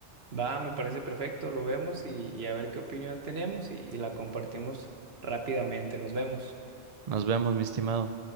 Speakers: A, on the right; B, on the right.
A: Va, me parece perfecto, lo vemos y, y a ver qué opinión tenemos y y la compartimos rápidamente. Nos vemos.
B: Nos vemos, mi estimado.